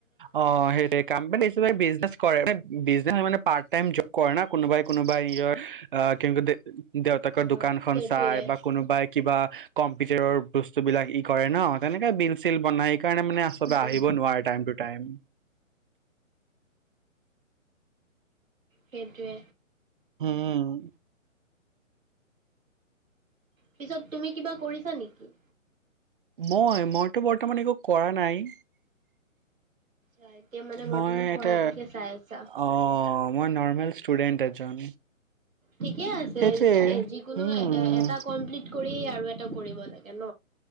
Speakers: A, on the right; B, on the right.
A: অ সেইটোয়ে কাম পান বিজনেচ কৰে বিনে মানে পাৰ্ট টাই জব কৰে না কোনোবাই কোনোবাই নিজৰ কি দেউতাকৰ
B: অ
A: দোকান খন
B: সেইটোৱে
A: চাই বা কোনোবাইক কিবা কম্পিউটাৰৰ বস্তু বিলাক ই কৰে ন তেনেকে বিল ছিল বনাই সেই কাৰণে মানে আ চব
B: উম
A: আহিব নোৱাৰে টাইমত টাইম
B: সেইটোৱে
A: উম
B: পিছত তুমি কিবা কৰিছা নেকি
A: মই মইতো বৰ্তমান একো কৰা নাই
B: আা এতিয়া মানে বৰ্তমান
A: মই
B: পঢ়টোোকে
A: এটা
B: চাই আছা
A: অ মই নৰ্মেল ষ্টুডেন্ট এজন
B: ঠিকে আছে
A: সেইটোৱে
B: এ যিকোনো
A: উম
B: এ এটা কমপ্লিট কৰি আৰু কৰিব লাগে ন